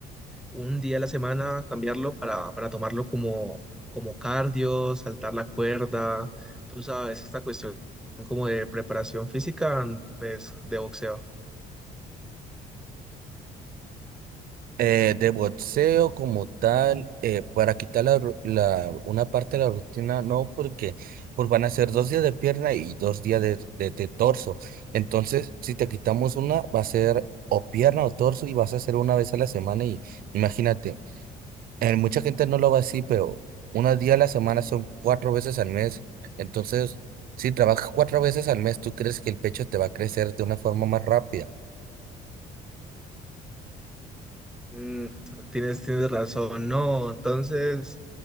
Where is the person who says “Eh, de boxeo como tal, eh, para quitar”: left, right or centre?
Right